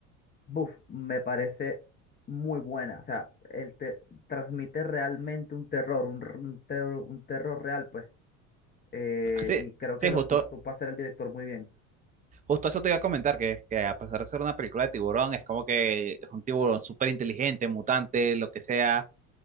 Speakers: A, on the left; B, on the right.
A: Buf, me parece muy buena. O sea, él te transmite realmente un terror, un, r- un terror, un terror real, pues. Eh,
B: sí,
A: y creo
B: sí,
A: que lo,
B: justo,
A: lo supo hacer el director muy bien.
B: justo eso te iba a comentar, que, que a pesar de ser una película de tiburón, es como que es un tiburón súper inteligente, mutante, lo que sea.